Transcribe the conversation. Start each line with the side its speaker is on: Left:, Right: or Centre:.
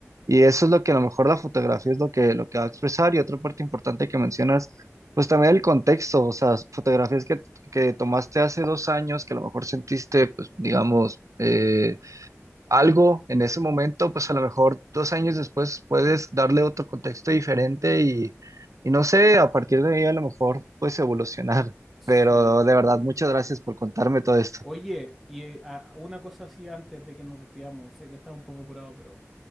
Right: y eso es lo que a lo mejor la fotografía es lo que, lo que va a expresar, y otra parte importante que mencionas, pues también el contexto, o sea, fotografías que, que tomaste hace dos años, que a lo mejor sentiste, pues digamos, eh, algo en ese momento, pues a lo mejor dos años después puedes darle otro contexto diferente y, y no sé, a partir de ahí a lo mejor puedes evolucionar.
Centre: Sí.
Right: Pero de verdad, muchas gracias por contarme todo esto.
Centre: Oye, y eh, a- una cosa así antes de que nos despidamos, sé que estás un poco apurado, pero